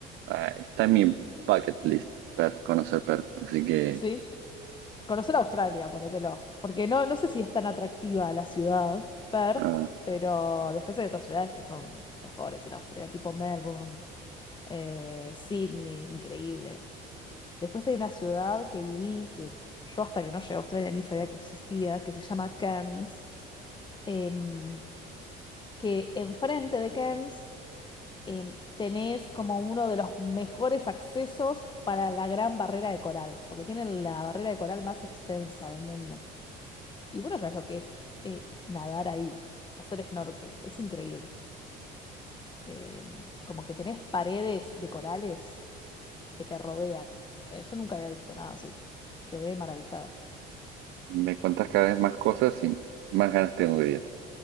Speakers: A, on the right; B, on the left.
A: Ah, está en mi bucket list, Perth, conocer Perth, así que
B: Sí. Conocer Australia, ponételo. Porque no, no sé si es tan atractiva la ciudad, Perth,
A: ah,
B: pero después hay otras ciudades que son mejores en Australia, tipo Melbourne, eh, Sydney, increíble. Después hay una ciudad que viví, que yo hasta que no llegué a Australia ni sabía que existía, que se llama Cairns, em, que enfrente de Cairns em, tenés como uno de los mejores accesos para la gran barrera de coral, porque tienen la barrera de coral más extensa del mundo. Y bueno, sabes lo que es eh, nadar ahí, hacer snorkel, es increíble. Em, como que tenés paredes de corales que te rodean. Eh, yo nunca había visto nada así. Quedé maravillada.
A: me contás cada vez más cosas y más ganas tengo de ir.